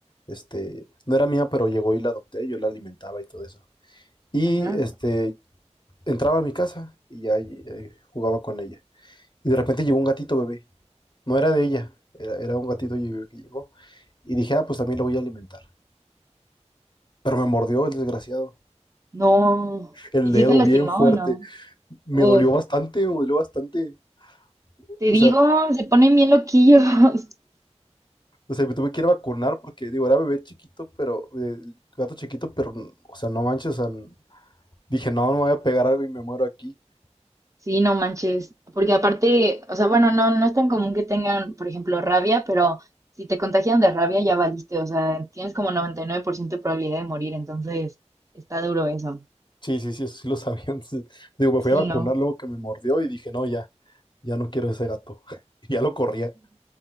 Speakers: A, on the left (about 40°); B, on the right (about 25°).
A: este, no era mía, pero llegó y la adopté, yo la alimentaba y todo eso. Y
B: Ajá.
A: este, entraba a mi casa y ya eh, jugaba con ella. Y de repente llegó un gatito bebé. No era de ella, era, era un gatito bebé que llegó. Y dije, ah, pues también lo voy a alimentar. Pero me mordió el desgraciado.
B: No.
A: el
B: ¿Y
A: dedo
B: si te lastimó
A: bien fuerte.
B: o no?
A: Me
B: Uf,
A: dolió bastante, me dolió bastante.
B: te
A: O
B: digo,
A: sea,
B: se ponen bien loquillos. <laughs>
A: o sea, me tuve que ir a vacunar porque, digo, era bebé chiquito, pero, eh, gato chiquito, pero, o sea, no manches, o sea, dije, no, no me voy a pegar algo y me muero aquí.
B: Sí, no manches, porque aparte, o sea, bueno, no, no es tan común que tengan, por ejemplo, rabia, pero si te contagian de rabia ya valiste, o sea, tienes como 99% de probabilidad de morir, entonces está duro eso.
A: Sí, sí, sí, eso sí lo <laughs> sabía. Entonces, digo, me fui
B: Sí,
A: a vacunar
B: no.
A: luego que me mordió y dije, no, ya, ya no quiero ese gato. <laughs> Y ya lo corría.